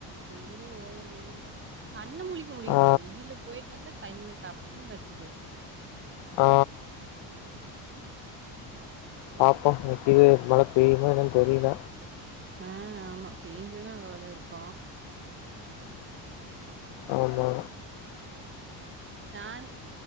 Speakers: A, on the right (about 30°); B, on the left (about 85°).
A: வெயிலு ஒவ்வொரு வெயில தா கண்ண மூழி முடியல
B: ஆ
A: வெயில போயிட்டு வந்தா கண்ணு கப்புன்னு கட்டுது
B: ஆ
A: ம்
B: பாப்போ இன்னைக்கி கீது மழ பெய்யுதா என்னன்னு தெரியல
A: ஆ ஆமா பேஞ்சுதுன்னா நல்லா தா இருக்கு
B: ஆம்மா
A: நானு